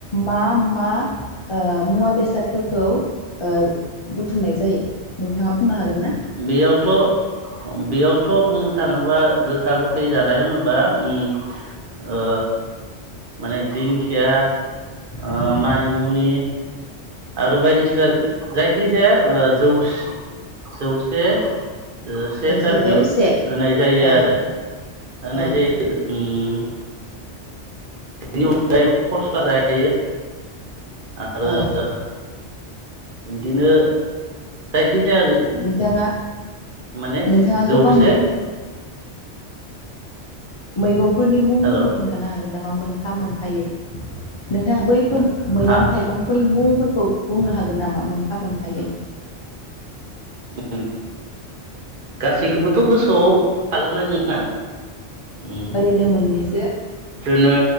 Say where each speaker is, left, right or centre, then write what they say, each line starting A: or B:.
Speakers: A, on the left (about 50°); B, on the right (about 50°).
A: मा मा ओ मुवा बेसादफोरखौ ओ बुथुमनाय जायो नोंथाङा बुंनो हागोन ना?
B: बेयावथ' ओ बेयावथ' बुंनो थाङोबा गोखा गोखै जानाय होनोबा ओम ओ माने दिंखिया ओ
A: उम
B: मानिमुनि आरो बायदिसिना जायखिजाया ओ जौस जौसे ओ सेथा
A: जों सेजौ
B: बिद
A: से
B: होनाय जायो
A: औ
B: आरो होनाय
A: औ
B: जायो ओम बेनि अनगायैबो फस्ला जायो। आरो
A: औ
B: बिदिनो जाय खिजाया
A: नोंथाङा
B: माने
A: नोंथाङा गोबां
B: जौसे
A: मै मैगं फोरनि मुं
B: हेल'
A: फोरफोरखौ खोन्थानो हागोन नामा मोनफा मोनफायै नोंथांआ बैफोर मैगं
B: हा
A: थाइगंफोरनि मुं फोरखौ बुंनो हागोन नामा मोनफा मोनफायै?
B: ओम गासैखौबोथ' गोसोआव थाजोबनाय नङा ओम
A: ओरैनो मोननैसो
B: बिदिनो